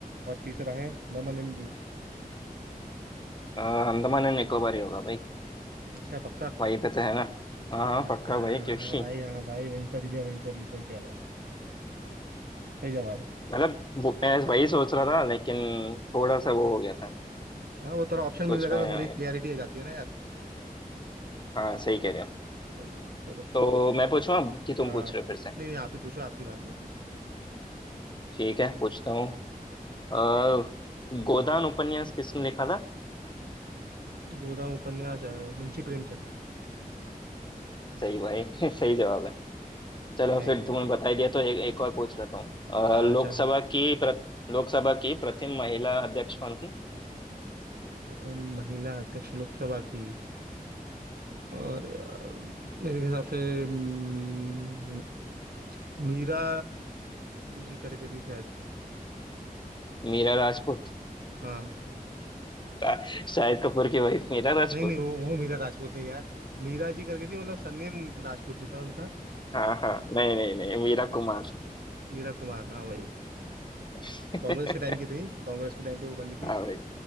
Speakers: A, on the right; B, on the left.
A: और तीसरा है दमन एंड दीव
B: अ, अंडमान एंड निकोबार ही होगा भाई
A: अच्छा पक्का
B: वहीं पे तो है ना हाँ हाँ
A: हाँ
B: पक्का भाई क्योंकि
A: भाई हाँ भाई वहीं पर ही है वहीं पर ये सही कह रहा हूँ सही जवाब
B: मतलब वो मैं
A: है
B: वही सोच रहा था लेकिन थोड़ा सा वो हो गया था
A: हाँ वो थोड़ा ऑप्शन
B: सोच
A: मिल जाता
B: में
A: है तो थोड़ी
B: आ गया
A: क्लियरिटी आ जाती है ना यार
B: हाँ सही कह रहे हो
A: वही वही चलो
B: तो मैं पूछूं अब कि तुम
A: हाँ
B: पूछ रहे हो फिर से
A: नहीं नहीं आप ही पूछो आपकी बारी है
B: ठीक है पूछता हूँ अ, गोदान उपन्यास किसने लिखा था
A: गोदाम उपन्यास अ, मुंशी प्रेमचंद
B: सही भाई <laughs> सही जवाब है चलो
A: Thank
B: फिर
A: you
B: तुमने बता ही दिया तो एक एक और पूछ लेता हूँ अ,
A: हाँ
B: लोकसभा
A: चलो
B: की प्र, लोकसभा की प्रथम महिला अध्यक्ष कौन थी
A: प्रथम महिला अध्यक्ष लोकसभा की और यार मेरे हिसाब से हम्म, मीरा जी करके थी शायद
B: मीरा राजपूत
A: हाँ
B: <laughs> रा- शाहिद कपूर की वाइफ मीरा राजपूत
A: नहीं नहीं वो वो मीरा राजपूत नहीं यार मीरा जी करके थी मतलब सरनेम राजपूत ही था उनका
B: हाँ हाँ नहीं नहीं
A: मी-
B: नहीं मीरा कुमार
A: मीरा कुमार हाँ वही
B: <laughs>
A: कांग्रेस के टाइम की थी कांग्रेस के टाइम पे वो बनी थी
B: हाँ भाई